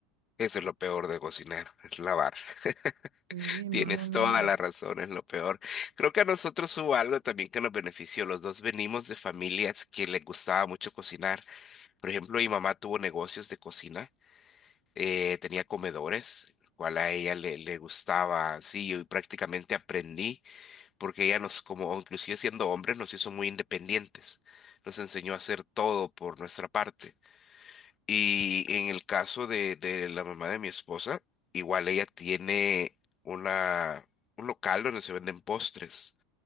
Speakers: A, on the left; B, on the right.
A: Eso es lo peor de cocinar, es lavar.
B: Sí,
A: <laughs> Tienes
B: no, no, no.
A: toda la razón, es lo peor. Creo que a nosotros hubo algo también que nos benefició. Los dos venimos de familias que les gustaba mucho cocinar. Por ejemplo, mi mamá tuvo negocios de cocina, eh, tenía comedores, cual a ella le, le gustaba, sí, yo prácticamente aprendí, porque ella nos, como inclusive siendo hombres, nos hizo muy independientes, nos enseñó a hacer todo por nuestra parte. Y en el caso de, de la mamá de mi esposa, igual ella tiene una, un local donde se venden postres.